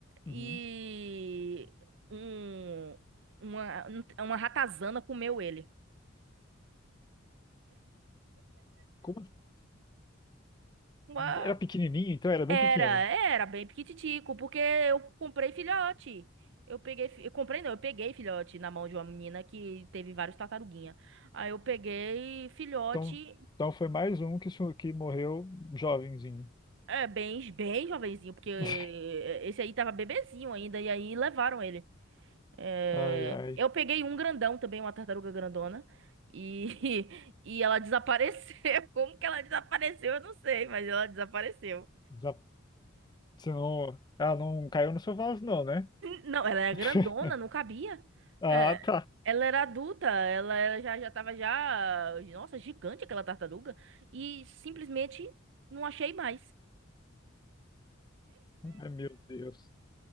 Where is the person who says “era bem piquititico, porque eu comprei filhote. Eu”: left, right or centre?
Right